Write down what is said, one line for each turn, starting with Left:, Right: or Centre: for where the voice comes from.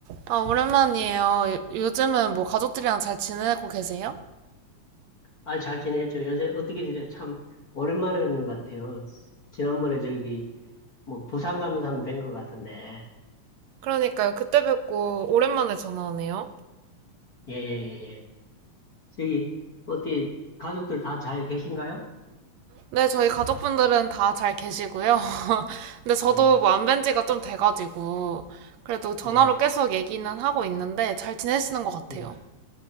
Right: 아, 오랜만이에요. 요- 요즘은 뭐 가족들이랑 잘 지내고 계세요?
Left: 아, 잘 지내죠. 요새 어떻게 지내? 참, 오랜만에 뵙는 것 같아요. 지난번에 저기, 뭐, 부산 가면서 한번 뵌것 같은데.
Right: 그러니까요. 그때 뵙고 오랜만에 전화하네요.
Left: 예, 예, 예, 예. 저기, 어디, 가족들 다 잘 계신가요?
Right: 네, 저희 가족분들은 다 잘 계시고요. <laughs> 근데 저도
Left: 예,
Right: 뭐 안 뵌 지가 좀 돼가지고, 그래도 전화로
Left: 예,
Right: 계속 얘기는 하고 있는데 잘 지내시는 것 같아요.
Left: 예,